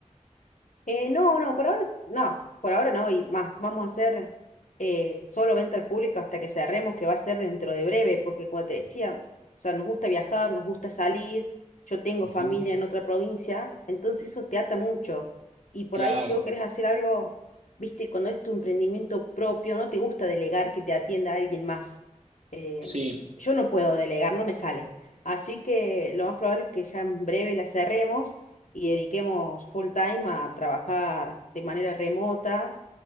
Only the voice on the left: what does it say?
Eh, no, no, por ahora no, por ahora no, y más, vamos a hacer eh, solo venta al público hasta que cerremos, que va a ser dentro de breve, porque como te decía, o sea, nos gusta viajar, nos gusta salir, yo tengo
familia en otra provincia, entonces eso te ata mucho. Y por
ahí si vos querés hacer algo, viste, cuando es tu emprendimiento propio, no te gusta delegar que te atienda alguien más. Eh,
yo no puedo delegar, no me sale. Así que lo más probable es que ya en breve la cerremos y dediquemos full time a trabajar de manera remota.